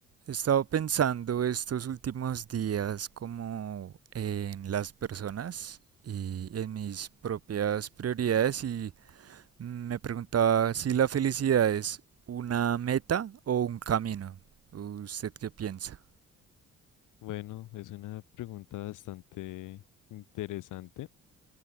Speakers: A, on the right (about 55°); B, on the left (about 85°).
A: He estado pensando estos últimos días como en las personas y en mis propias prioridades y me preguntaba si la felicidad es una meta o un camino. ¿Usted qué piensa?
B: Bueno, es una pregunta bastante interesante.